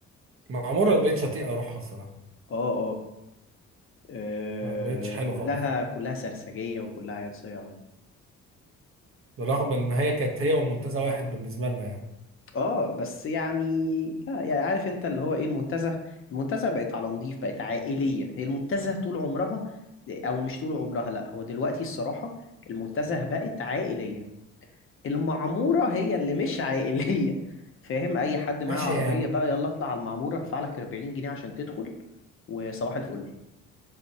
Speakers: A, on the right (about 45°); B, on the left (about 45°).
A: معموره ما بقتش اطيق اروحها الصراحه
B: اه اه آه،
A: ما بقتش حلو
B: كلها
A: خالص
B: كلها سرسجيه وكلها عيال صياعه
A: بالرغم ان هي كانت هي والمنتزه واحد بالنسبه لنا يعني
B: اه بس يعني لا يعني عارف انت اللي هو ايه المنتزه المنتزه بقت على نضيف بقت عائليه هي المنتزه طول عمرها او مش طول عمرها لا هو دلوقتي الصراحه المنتزه بقت عائليه المعمورة هي اللي مش عائلية فاهم أي حد معاه
A: ماشي
B: عربية
A: يا عم.
B: بقى يلا اطلع على المعمورة ادفع لك 40 جنيه عشان تدخل وصباح الفل